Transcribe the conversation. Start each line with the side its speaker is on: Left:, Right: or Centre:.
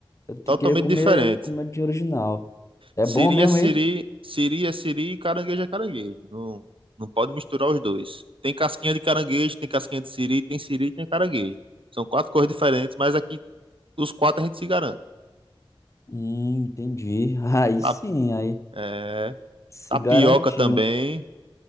Left: Eu te-
Right: Totalmente
Left: queria comer
Right: diferente.
Left: comidinha original. É
Right: Siri
Left: bom mesmo
Right: é siri,
Left: aí?
Right: siri é siri e caranguejo é caranguejo. Não, não pode misturar os dois. Tem casquinha de caranguejo, tem casquinha de siri, tem siri e tem caranguejo. São quatro cores diferentes, mas aqui os quatro a gente se garante.
Left: Hum, entendi. <laughs> Aí
Right: Tá,
Left: sim, aí
Right: é,
Left: se
Right: tapioca
Left: garantiu.
Right: também.